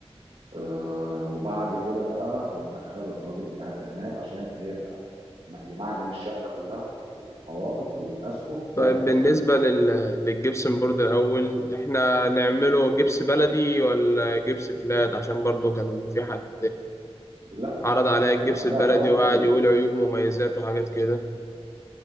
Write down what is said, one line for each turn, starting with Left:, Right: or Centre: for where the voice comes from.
Right: آه وبعد كده بقى هندخل الراجل بتاع الدهانات عشان هيبقى م- يمعجن الشقة كلها الحوائط والأسقف زائد
Left: طيب
Right: الأسقف
Left: بالنسبة
Right: المعلقة
Left: لل... للجبسن بورد الأول إحنا نعمله جبس بلدي ولا جبس فلات عشان برضو كان في حد
Right: لا
Left: عرض عليا الجبس
Right: آه لا
Left: البلدي
Right: بلدي
Left: وقعد يقول عيوب مميزات وحاجات كده